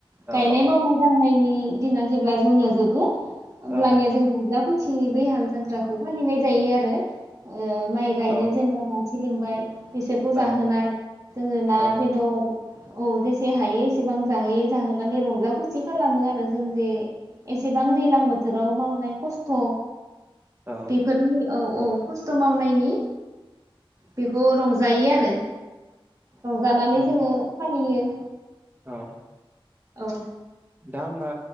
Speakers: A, on the right; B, on the right.
A: गायनाय
B: औ औ
A: मावनाय दांनायनि दिना जेब्ला जोंनिया जोबो होमब्लानिया
B: औ
A: जों रंजा खुसि बे हाल जांख्राखौ फालिनाय जायो आरो ओ माइ गायनो
B: औ
A: जेनेबा मानसि सि लिंबाय बिसोरखौ
B: औ
A: जाहोनाय जोङो ना
B: औ
A: बेदर औ जेसे हायो एसेबां जाहोयो जाहोनानै रंजा खुसि खालामो आरो जों जे एसेबां दैज्लां बोथोर बोथोराव मावनाय खस्थ'
B: औ
A: बेफोरनि औ औ खस्थ' मावनायनि बेखौ रंजायो आरो रंजानानै
B: नंगौ
A: जोङो फालियो
B: औ
A: औ
B: दा होमबा